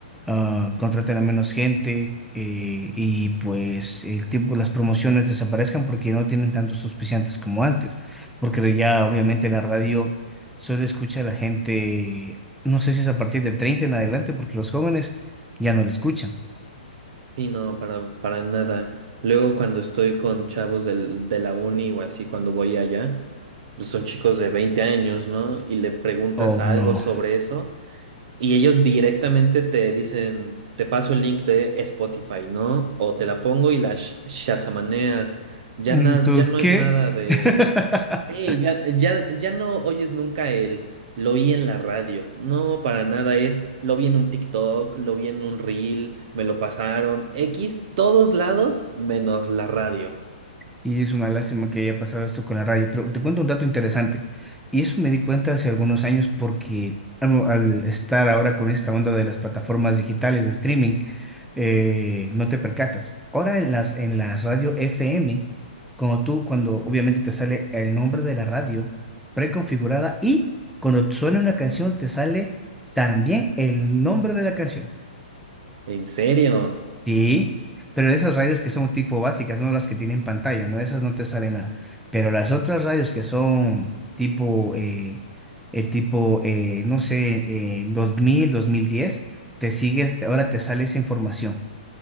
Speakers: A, in the centre; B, on the right.
A: ah, contraten a menos gente eh, y pues el tiempo, las promociones desaparezcan porque no tienen tantos auspiciantes como antes. Porque ya obviamente en la radio solo escucha a la gente, no sé si es a partir de 30 en adelante, porque los jóvenes ya no lo escuchan.
B: Y no, para, para nada. Luego cuando estoy con chavos del, de la uni o así, cuando voy allá, pues son chicos de 20 años, ¿no? Y le preguntas
A: Oh,
B: algo
A: no.
B: sobre eso y ellos directamente te dicen, te paso el link de Spotify, ¿no? O te la pongo y la sh- shazamaneas. Ya,
A: Entonces,
B: na- ya no
A: ¿qué?
B: es nada de...
A: <laughs>
B: Sí, ya, ya, ya no oyes nunca el lo oí en la radio. No, para nada es lo vi en un TikTok, lo vi en un reel, me lo pasaron. X, todos lados menos la radio.
A: Y es una lástima que haya pasado esto con la radio, pero te cuento un dato interesante. Y eso me di cuenta hace algunos años porque al, al estar ahora con esta onda de las plataformas digitales de streaming, eh, no te percatas. Ahora en las, en las radio FM, como tú, cuando obviamente te sale el nombre de la radio preconfigurada y cuando suena una canción te sale también el nombre de la canción.
B: ¿En serio?
A: Sí, pero de esas radios que son tipo básicas, no las que tienen pantalla, no, esas no te sale nada. Pero las otras radios que son tipo, eh, eh, tipo, eh, no sé, eh, 2000 2010 te sigues, ahora te sale esa información.